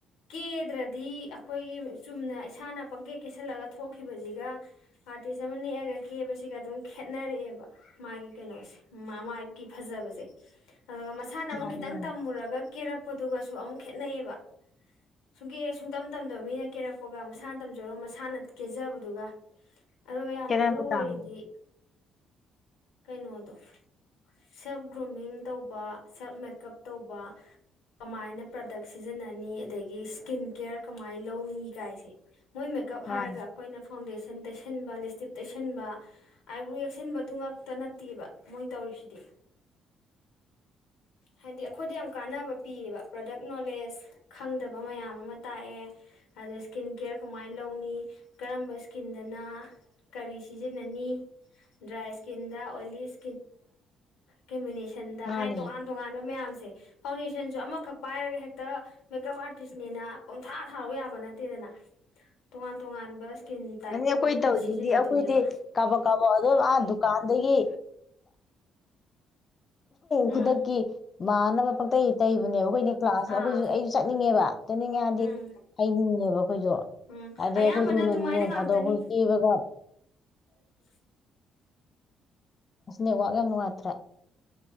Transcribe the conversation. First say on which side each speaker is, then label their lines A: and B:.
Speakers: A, on the left (about 85°); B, on the left (about 45°).
A: ꯀꯦꯗ꯭ꯔꯗꯤ ꯑꯩꯈꯣꯏꯒꯤ ꯆꯨꯝꯅ ꯏꯁꯥꯅ ꯄꯪꯀꯦꯠ ꯀꯦꯁꯜꯂꯒ ꯊꯣꯛꯈꯤꯕꯁꯤꯒ ꯑꯥꯔꯇꯤꯁ ꯑꯃ ꯅꯦꯛꯑꯒ ꯀꯦꯕꯁꯤꯒ ꯑꯗꯨꯝ ꯈꯦꯠꯅꯔꯛꯑꯦꯕ ꯃꯥꯒꯤ ꯀꯩꯅꯣꯁ ꯃꯥꯏꯕꯀꯤ ꯐꯖꯕꯁꯦ <unintelligible> ꯑꯗꯨꯒ ꯃꯁꯥꯅ ꯑꯃꯨꯛ
B: ꯃꯥꯅꯤ
A: ꯈꯤꯇꯪ
B: ꯃꯥꯅꯤ
A: ꯇꯝꯃꯨꯔꯒ ꯀꯦꯔꯛꯄꯗꯨꯒꯁꯨ ꯑꯃꯨꯛ ꯈꯦꯠꯅꯩꯑꯕ ꯁꯨꯡꯒꯤꯦ ꯁꯨꯡꯇꯝ ꯇꯝꯗꯕ ꯃꯤꯅ ꯀꯦꯔꯛꯄꯒ ꯃꯁꯥꯅ ꯇꯝꯖꯔꯒ ꯃꯁꯥꯅ ꯀꯦꯖꯕꯗꯨꯒ ꯑꯗꯨꯒ ꯌꯥꯝ
B: ꯈꯦꯠꯅꯕ
A: ꯃꯔꯨ
B: ꯇꯥꯕꯅꯤ
A: ꯑꯣꯏꯔꯤꯗꯤ ꯀꯩꯅꯗꯣ ꯁꯦꯜꯞ ꯒ꯭ꯔꯨꯃꯤꯡ ꯇꯧꯕ ꯁꯦꯜꯞ ꯃꯦꯀꯞ ꯇꯧꯕ ꯀꯃꯥꯏꯅ ꯄ꯭ꯔꯗꯛ ꯁꯤꯖꯤꯟꯅꯅꯤ ꯑꯗꯒꯤ ꯏꯁꯀꯤꯟ ꯀꯦꯌꯔ ꯀꯃꯥꯏꯅ ꯂꯧꯅꯤ ꯀꯥꯏꯁꯦ ꯃꯣꯏ ꯃꯦꯀꯞ ꯍꯥꯏꯔꯒ
B: ꯃꯥꯅꯤ
A: ꯑꯩꯈꯣꯏꯅ ꯐꯥꯎꯟꯗꯦꯁꯟ ꯇꯩꯁꯟꯕ ꯂꯤꯁꯇꯤꯞ ꯇꯩꯁꯟꯕ ꯑꯥꯏꯕ꯭ꯔꯣ ꯌꯦꯛꯁꯟꯕꯗꯨ ꯉꯛꯇ ꯅꯠꯇꯦꯕ ꯃꯣꯏꯅ ꯇꯧꯔꯤꯁꯤꯗꯤ ꯍꯥꯏꯗꯤ ꯑꯩꯈꯣꯏꯗ ꯌꯥꯝ ꯀꯥꯟꯅꯕ ꯄꯤꯌꯦꯕ ꯄ꯭ꯔꯗꯛ ꯅꯣꯂꯦꯖ ꯈꯪꯗꯕ ꯃꯌꯥꯝ ꯑꯃ ꯇꯥꯛꯑꯦ ꯑꯗ ꯏꯁꯀꯤꯟ ꯀꯦꯌꯔ ꯀꯃꯥꯏꯅ ꯂꯧꯅꯤ ꯀꯔꯝꯕ ꯏꯁꯀꯤꯟꯗꯅ ꯀꯔꯤ ꯁꯤꯖꯤꯟꯅꯅꯤ ꯗ꯭ꯔꯥꯏ ꯀꯤꯟꯗꯗꯥ ꯑꯣꯂꯤꯁ ꯀꯦꯃꯤꯁꯟ ꯁꯟꯗ
B: ꯃꯥꯅꯤ
A: ꯍꯥꯏꯅ ꯇꯣꯉꯥꯟ ꯇꯣꯉꯥꯟꯕ ꯃꯌꯥꯝꯁꯦ ꯁꯦ ꯐꯥꯎꯟꯗꯦꯁꯟ ꯑꯃꯈꯛ ꯄꯥꯏꯔꯒ ꯍꯦꯛꯇ ꯃꯦꯀꯞ ꯑꯥꯔꯇꯤꯁꯅꯦꯅ ꯄꯨꯡꯊꯥ ꯊꯥꯔ ꯌꯥꯕ ꯅꯠꯇꯦꯗꯅ ꯇꯣꯉꯥꯟ ꯇꯣꯉꯥꯟꯕ ꯏꯁꯀꯤꯟ ꯇꯥꯏꯞꯇꯨꯒꯤ
B: ꯅꯅꯤ ꯑꯩꯈꯣꯏ
A: ꯃꯇꯨꯡ
B: ꯇꯧꯔꯤꯁꯤꯗꯤ
A: ꯏꯟꯅ ꯁꯤꯖꯤꯟꯅꯗꯣꯏꯅꯦꯕ
B: ꯑꯩꯈꯣꯏꯗꯤ ꯀꯥꯕ ꯀꯥꯕ ꯑꯗꯨꯝ ꯑꯥ ꯗꯨꯀꯥꯟꯗꯒꯤ ꯈꯨꯗꯛꯀꯤ
A: ꯎꯝ
B: ꯃꯥꯥꯟꯅꯕ ꯇꯩ ꯇꯩꯕꯅꯦꯕ ꯑꯩꯈꯣꯏ ꯀ꯭ꯂꯥꯁꯇ ꯑꯩꯈꯣꯏꯁꯨ
A: ꯑꯥ
B: ꯑꯩꯁꯨ ꯆꯠꯅꯤꯡꯉꯦꯕ ꯆꯠꯅꯤꯡꯉꯦ ꯍꯥꯏꯗꯤ
A: ꯎꯝ
B: ꯍꯩꯅꯤꯡꯉꯦꯕ ꯑꯩꯈꯣꯏꯁꯨ
A: ꯎꯝ
B: ꯍꯥꯏꯗꯗꯤ
A: ꯑꯌꯥꯝꯕꯅ
B: ꯑꯩꯈꯣꯏꯁꯨ
A: ꯑꯗꯨꯃꯥꯏꯅ
B: ꯅꯣꯡ
A: ꯉꯥꯛꯇꯅꯤ
B: ꯐꯥꯗꯣꯛꯑ ꯑꯩꯈꯣꯏꯁꯨ ꯆꯦꯕꯒ
A: <unintelligible>
B: ꯁꯅꯦ ꯋꯥꯒꯪ ꯃꯥꯇ꯭ꯔ